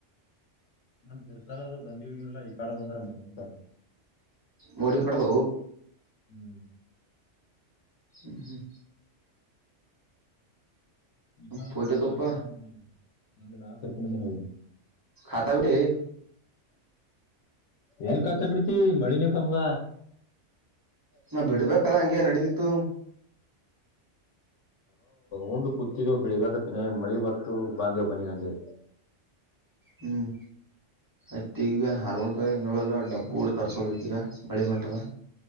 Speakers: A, on the left; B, on the right.
A: ನಮ ತಿರ್ಸಾಲ ಅದು ದಂ <unintelligible> ಇಲ್ಲ ಈ ಕಾಡ ಬಂದ್ರೆ ಮೋಡಿ ಕಾಡ
B: ಮಡ ಕೊಡದ
A: ಹ್ಮ್
B: ಹ್ಮ್ ಹ್ಮ್
A: ಈ ಕಾಲದಲ್ಲಿ
B: ಪೋಲಿದಪ್ಪ
A: ಬಂದ್ರ ನಾಕರ್ಕಿನ ನಾತ್ರಕೊಂಡಂದಿನೋಗಿ <unintelligible>
B: ಾತಾ ಬಿಿಟ್ಟ <unintelligible>
A: ಎಲ್ ಕಾತಾ ಬಿಡ್ತಿ ಮಳಿನ ಕಂಗ
B: ನ ಬಿಡ್ಬೇಕಲ್ಲ ಹಂಗೆ ನಡೀತಿತ್ತು
A: ಉಂಡು ಕೂತಿದ್ದ ಬೆಳಿಬೇಕತ್ತಿನನೆ ಮಳಿ ಬತ್ತು ಬಾಂದಿ ಮನೆಮ ಹಂಜೆ
B: ಹ್ಮ್ ಯ್ತ್ ಈಗ ಭ ಅನ್ ಹಲ್ಗೊಂಡ್ ಬೋಡಲ್ಲ ಡಬ್ಬ ಊಡ್ ತರ್ಸೋಬೇಕ ಈಗ ಮಳಿ ಹೊಂಟದ